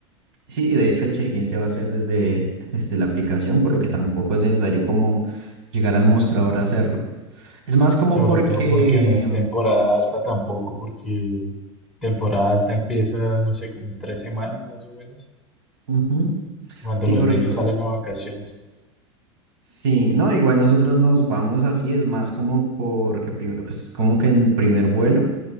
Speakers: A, on the right; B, in the centre.
A: Sí, y de hecho el check-in se va a hacer desde, desde la aplicación, por lo que tampoco es necesario como llegar al mostrador a hacerlo. Es más como
B: Sobre
A: porque...
B: todo porque no es temporada alta tampoco, porque temporada alta empieza, no sé, como en tres semanas más o menos,
A: ujú,
B: cuando
A: Sí,
B: los
A: correcto.
B: niños salen a vacaciones.
A: Sí, no, igual nosotros nos vamos así, es más como porque, prim- pues como que en el primer vuelo.